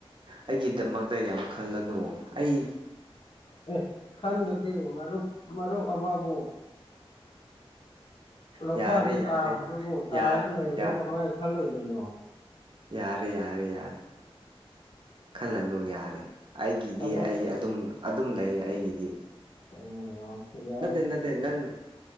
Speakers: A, on the right; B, on the left.
A: ꯑꯩꯒꯤꯗꯃꯛ ꯗ ꯌꯥꯝ ꯈꯜꯂꯅꯨ ꯑꯩ
B: ꯑ ꯑꯦ ꯈꯟꯗꯗꯤ ꯃꯔꯨꯞ ꯃꯔꯨꯞ ꯑꯃꯕꯨ ꯂꯧꯈꯥꯗ
A: ꯌꯥꯔꯦ ꯌꯥꯔꯦ
B: ꯇꯥꯕꯗꯨꯕꯨ ꯇꯥꯔꯒ
A: ꯌꯥ
B: ꯂꯩꯕꯗꯨ
A: ꯌꯥ
B: ꯀꯃꯥꯏꯅ ꯈꯜꯂꯣꯏꯗꯣꯏꯅꯣ
A: ꯌꯥꯔꯦ ꯌꯥꯔꯦ ꯌꯥꯔꯦ ꯈꯜꯂꯅꯨ ꯌꯥꯔꯦ ꯑꯩꯒꯤꯗꯤ
B: ꯊꯕꯛ
A: ꯑꯩ ꯑꯗꯨꯝ ꯑꯗꯨꯝ ꯂꯩ ꯑꯩꯒꯤꯗꯤ
B: <unintelligible>
A: ꯅꯠꯇꯦ ꯅꯠꯇꯦ
B: ꯑꯗꯨꯗꯤ
A: ꯅꯪ